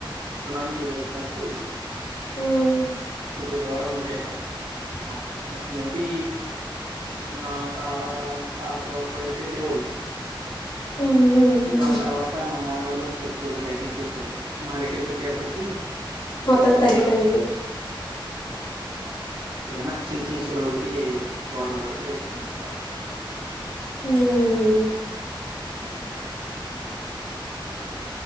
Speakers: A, on the right; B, on the left.
A: సునామీ ఏద వచ్చినప్పుడు
B: మ్మ్
A: కూతురు దూరంగా వచ్చసాం ఆ తర్వాతన్నప్పటి నుండి మా తాత తాతలు అప్పుడైతే వెళ్ళేవాళ్ళు
B: మ్మ్. మ్మ్.
A: వాళ్ళ
B: మ్మ్.
A: తర్వాత మా నాన్నలు కొద్ కొద్ తగ్గిచ్చేశారు మా దగ్గరకి వచ్చేప్పటికి ఎవరు
B: మొత్తంగా
A: వెళ్తలా
B: తగ్గిపోయింది
A: ఏదైనా చిన్న చిన్న చెరువులకి కూరలు వడికి తెచ్చుకుంటుంటారు
B: మ్మ్